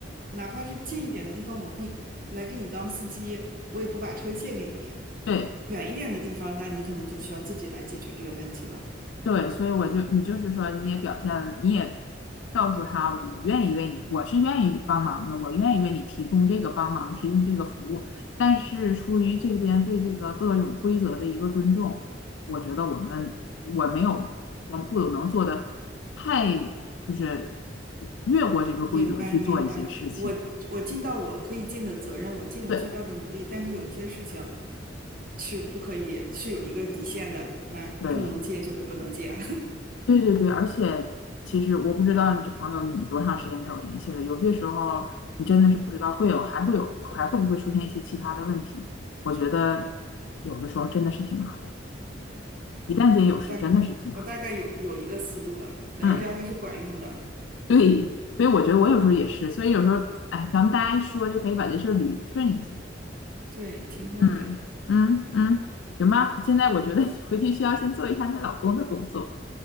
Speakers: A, on the right; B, on the left.
A: 哪怕是近一点的地方，我可以来给你当司机，我也不把车借给你。
B: 对，
A: 远一点的地方，那你可能就需要自己来解决这个问题了。
B: 对，所以我就你就是说，你也表现，你也告诉他，我愿意为你，我是愿意帮忙的，我愿意为你提供这个帮忙，提供这个服务。但是出于这边对这个各种规则的一个尊重，我觉得我们我没有，我不能做的太就是越过这个规则去做一些事情。
A: 明白，明白。我我尽到我可以尽的责任，我尽我最大的努力，
B: 对
A: 但是有一些事情是不可以，是有一个底线的，那不能借就是不能借。
B: 对。对对对，而且其实我不知道你这朋友你多长时间没有联系了，有些时候你真的是不知道会有，还会有，还会不会出现一些其他的问题。我觉得有的时候真的是挺麻烦，一旦间有事真的是挺麻烦。
A: <laughs> 我大我大概有有一个思路了，聊一聊还是管用的，
B: 嗯，对，所以我觉得我有时候也是，所以有时候，哎，咱们大家一说就可以把这事儿捋顺一下。
A: 对，挺好的。
B: 嗯嗯嗯，行吧，现在我觉得你回去需要先做一下你老公的工作，